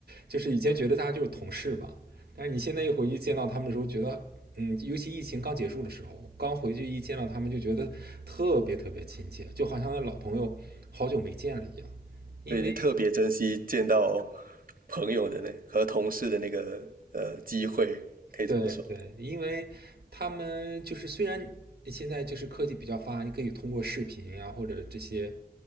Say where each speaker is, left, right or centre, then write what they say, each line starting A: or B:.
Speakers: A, on the right; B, on the right.
A: 就是以前觉得大家就是同事嘛，但是你现在一回去见到他们的时候，觉得，嗯，尤其疫情刚结束的时候，刚回去一见到他们就觉得特别特别亲切，就好像那老朋友好久没见了一样。因为。
B: 对你特别珍惜见到朋友的那和同事的那个呃机会，可以这么说。
A: 对对，因为他们就是虽然现在就是科技比较发达，你可以通过视频啊或者这些，